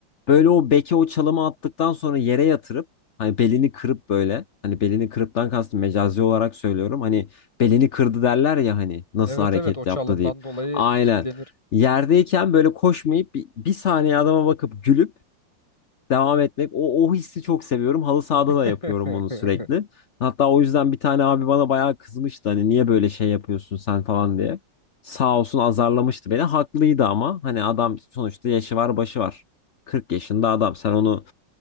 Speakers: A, on the left; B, on the left.
A: Böyle o beke o çalımı attıktan sonra yere yatırıp hani belini kırıp böyle hani belini kırıptan kastım mecazi olarak söylüyorum. Hani belini kırdı derler ya hani nasıl
B: Evet
A: hareket
B: evet o çalımdan
A: yaptı deyip.
B: dolayı
A: Aynen.
B: kitlenir.
A: Yerdeyken böyle koşmayıp bir, bir saniye adama bakıp gülüp devam etmek. O, o hissi çok seviyorum. Halı sahada
B: <laughs>
A: da yapıyorum bunu sürekli. Hatta o yüzden bir tane abi bana bayağı kızmıştı. Hani niye böyle şey yapıyorsun sen falan diye. Sağ olsun azarlamıştı beni. Haklıydı ama hani adam sonuçta yaşı var başı var. 40 yaşında adam. Sen onu